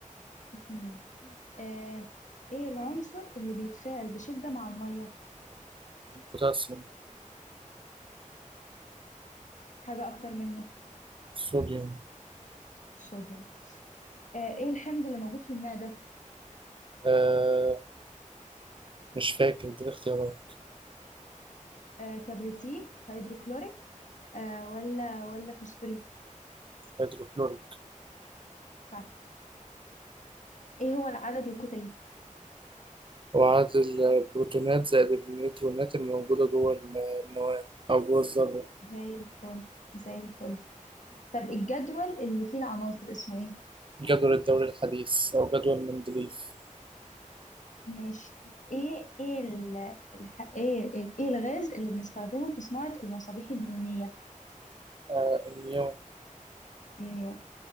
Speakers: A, on the left; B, on the right.
A: اتنين آه، ايه العنصر اللي بيتفاعل بشدة مع المية
B: البوتاسيوم
A: حاجة اكتر منه
B: الصوديوم
A: الصوديوم آه، ايه الحمض اللي موجود في المعدة
B: آه مش فاكر دي الاختيارات
A: آه كبريتيك هيدروكلوريك آه ولا ولا فوسفوريك
B: هيدروكلوريك
A: صح ايه هو العدد الكتلي
B: هو عدد البروتونات زائد النيوترونات الموجودة جوه النواة أو جوه الذرة
A: زي الفل زي الفل طب الجدول اللي فيه العناصر اسمه ايه
B: جدول الدوري الحديث أو جدول مندليف
A: ماشي ايه ايه ال... الح... ايه ال- ايه الغاز اللي بنستخدمه في صناعة المصابيح النيونية
B: آه النيون
A: نيو